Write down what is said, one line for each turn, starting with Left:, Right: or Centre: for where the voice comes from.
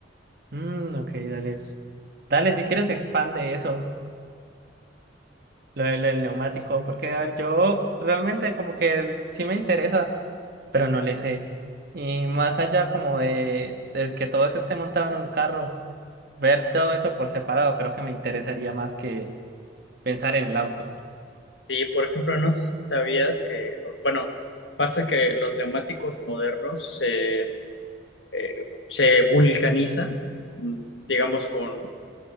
Right: mm, ok, dale. Dale, si quieres expande eso. Lo, de- lo del neumático, porque a ver, yo realmente como que sí me interesa, pero no le sé. Y más allá como de, de que todo eso esté montado en un carro, ver todo eso por separado creo que me interesaría más que pensar en el auto.
Left: Sí, por ejemplo, no sé si sabías que, bueno, pasa que los neumáticos modernos se, eh, se vulcanizan, mm, digamos, con